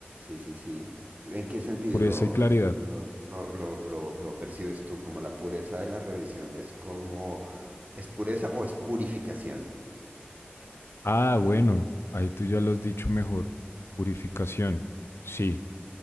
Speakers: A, on the right (about 40°); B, on the left (about 85°).
A: sí, sí, sí. ¿En qué sentido
B: Pureza
A: lo,
B: y claridad.
A: lo, lo, lo, lo- lo percibes tú? ¿Como la pureza de las revisiones? como... ¿Es pureza o es purificación?
B: Ah, bueno, ahí tú ya lo has dicho mejor. Purificación, sí.